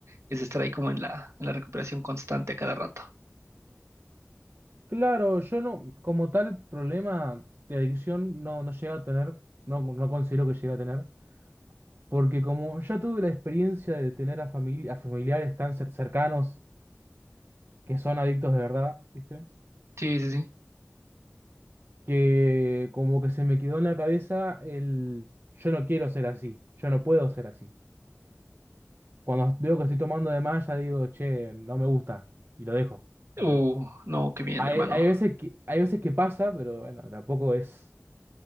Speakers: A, on the right (about 75°); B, on the right (about 50°).
A: es estar ahí como en la, en la recuperación constante a cada rato.
B: Claro, yo no, como tal problema de adicción no, no llegué a tener, no, no considero que llegué a tener, porque como ya tuve la experiencia de tener a, famili- a familiares tan cer- cercanos que son adictos de verdad, ¿viste?
A: Sí, sí, sí.
B: Que como que se me quedó en la cabeza el yo no quiero ser así, yo no puedo ser así. Cuando veo que estoy tomando de más, ya digo, che, no me gusta. Y lo dejo. ¿Entendés?
A: Uh, no, qué bien,
B: Hay,
A: hermano.
B: hay veces que, hay veces que pasa, pero bueno, tampoco es,